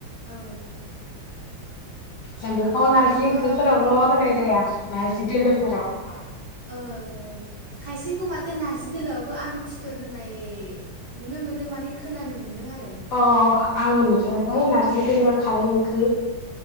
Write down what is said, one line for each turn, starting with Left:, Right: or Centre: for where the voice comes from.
Right: औ
Left: जों बेखौ नारजि
Right: होमबाथ'
Left: ओंख्रिफोरावल' होनाय जाया। नारजि दोलोफोराव।
Right: ओ औ। खायसेखौ माथो नारजि दोलोआवबो आलु फिथर होनाय नुनो मोनो। माने खोनानो मोनदों आरो।
Left: अ आङो नुफेराखै नारजि दोलो खारै ओंख्रि